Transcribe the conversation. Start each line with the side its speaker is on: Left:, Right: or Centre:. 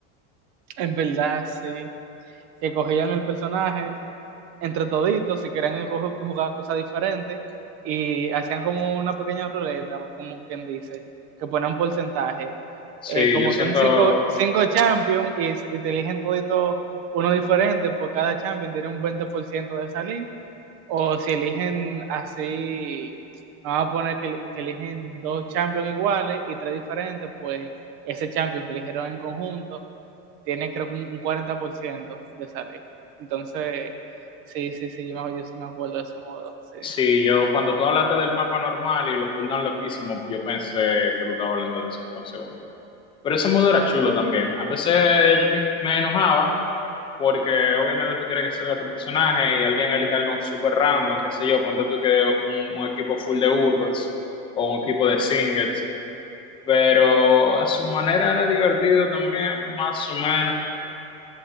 Right: En verdad, sí, que cogían el personaje entre toditos, si querían ju- jugar cosas diferentes, y hacían como una pequeña ruleta, como quien dice, que ponían un porcentaje.
Left: Sí,
Right: Eh, como
Left: yo siento,
Right: son cinco, cinco champions y, s- y te eligen todito uno diferente, por cada champion tiene un 20% de salir, o si eligen así, vamos a poner que, que eligen dos champions iguales y tres diferentes, pues ese champion que eligieron en conjunto tiene creo que un un 40% de salir. Entonces, sí, sí, sí, yo me, yo sí me acuerdo de ese modo, sí.
Left: sí, yo cuando tú hablaste del mapa normal y lo cooldown loquísimo, yo pensé que tú estabas hablando de eso por un segundo. Pero ese modo era chulo también. A veces yo me, me enojaba porque obviamente tú quieres que salga tu personaje y alguien elige algo súper random, qué sé yo, ponte tú que un, un equipo full de Urgots o un equipo de Singets, pero a su manera era divertido también, más o menos.